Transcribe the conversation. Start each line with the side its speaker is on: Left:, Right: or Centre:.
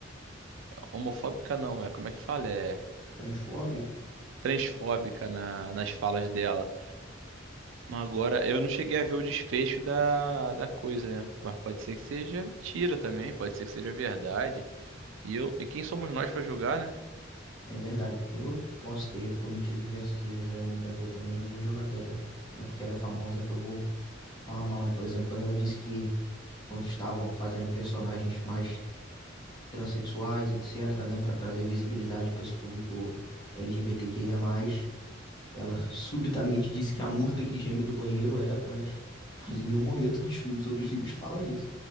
Right: homofóbica, não, é, como é que fala? É
Left: transfóbicos,
Right: transfóbica na, nas falas dela. Agora, eu não cheguei a ver o desfecho da, da coisa, né? Mas pode ser que seja mentira também, pode ser que seja verdade. E eu, e quem somos nós pra julgar, né?
Left: É verdade. Eu posso ter cometido diversos erros aí ao longo da vida também, não vou jogar pedra. Não é porque ela é famosa que eu vou falar mal, né? Por exemplo, quando ela disse que quando estavam fazendo personagens mais transexuais, etc., né, para trazer visibilidade para esse público LGBTQIA+, ela <laughs> subitamente disse que a murta que geme do banheiro era trans. Mas em nenhum momento dos filmes ou dos livros fala isso.